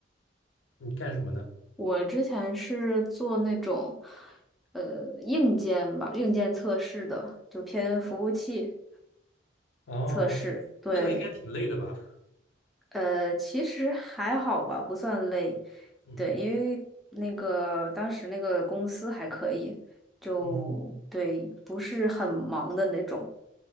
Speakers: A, on the left; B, in the centre.
A: 你干什么呢？
B: 我之前是做那种，呃，硬件吧，硬件测试的，就偏服务器
A: 哦，
B: 测试，对。
A: 那个应该挺累的吧？
B: 呃，其实还好吧，不算累。
A: 嗯
B: 对，因为那个当时那个公司还可以，就对，
A: 嗯，
B: 不是很忙的那种。